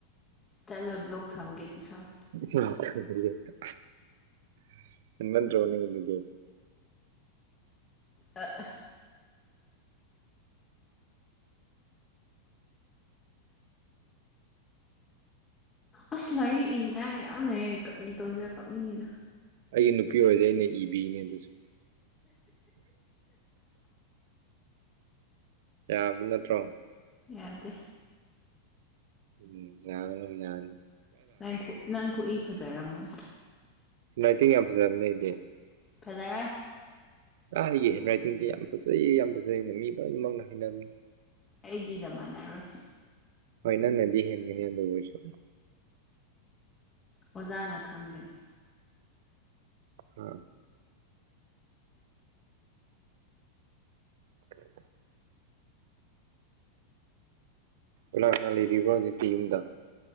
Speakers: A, on the left (about 20°); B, on the right (about 55°).
A: ꯆꯠꯂꯣ ꯕ꯭ꯂꯣꯛ ꯊꯝꯒꯦ ꯑꯗꯨ ꯁꯥꯎ
B: ꯍ‌ꯦꯟ ꯃꯟꯗ꯭ꯔꯣ ꯅꯪꯒꯤꯗꯨꯗꯤ
A: ꯑ ꯑꯁ ꯂꯥꯏꯔꯤꯛ ꯏꯅꯤꯅꯥꯏ ꯃꯌꯥꯝ ꯂꯩꯌꯦ ꯀꯔꯤ ꯇꯧꯁꯤꯔꯥ ꯀꯞꯅꯤꯡꯉꯤꯗ
B: ꯑꯩꯒꯤ ꯅꯨꯄꯤ ꯑꯣꯏꯗꯤ ꯑꯩꯅ ꯏꯕꯤꯅꯦ ꯑꯗꯨꯁꯨ ꯌꯥꯕ ꯅꯠꯇ꯭ꯔꯣ
A: ꯌꯥꯗꯦ
B: ꯎꯝ ꯌꯥꯒꯅꯨ ꯌꯥꯅꯤ
A: ꯅꯪ ꯅꯪ ꯈꯨꯠꯏ ꯐꯖꯔꯝꯃꯣꯏ
B: ꯍꯦꯟꯔꯥꯏꯇꯤꯡ ꯌꯥꯝ ꯐꯖꯕꯅꯦ ꯑꯩꯗꯤ
A: ꯐꯖꯔꯦ
B: ꯑ ꯑꯩꯒꯤ ꯍꯦꯟꯔꯥꯏꯇꯤꯡꯗꯤ ꯌꯥꯝ ꯐꯖꯩꯌꯦ ꯌꯥꯝ ꯐꯖꯩꯅ ꯃꯤ ꯂꯣꯏꯅꯃꯛꯅ ꯍꯥꯏꯅꯕꯅꯤ
A: ꯑꯩꯒꯤꯒ ꯃꯥꯟꯅꯔꯣꯏ
B: ꯍꯣꯏ ꯅꯪꯅꯗꯤ ꯍꯦꯟꯒꯅꯤ ꯑꯗꯨ ꯑꯣꯏꯔꯁꯨ
A: ꯑꯣꯖꯥꯅ ꯈꯪꯒꯅꯤ
B: ꯍꯥ <unintelligible> ꯀꯅꯥ ꯀꯅꯥ ꯂꯩꯔꯤꯕ꯭ꯔ ꯍꯧꯖꯤꯛꯇꯤ ꯌꯨꯝꯗ